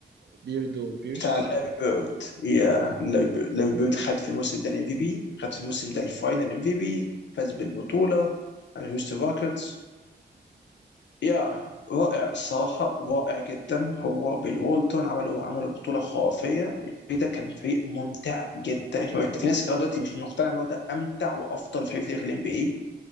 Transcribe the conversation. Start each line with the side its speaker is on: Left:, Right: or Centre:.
Right: بيردو بيرش
Left: بتاع لاري
Right: صح؟
Left: بيرد يا لاري بيرد لاري بيرد خد في الموسم ده الام في بي خد في الموسم ده الفاينل ام في بي فاز بالبطوله على هيوستن روكيتس يا رائع الصراحه رائع جدا هو بالوالتون عملوا عملوا بطوله خرافيه الفريق ده كان فريق ممتع جدا في ناس لغايه دلوقتي مش مقتنعه ان هو ده امتع وافضل فريق في تاريخ الام بي اي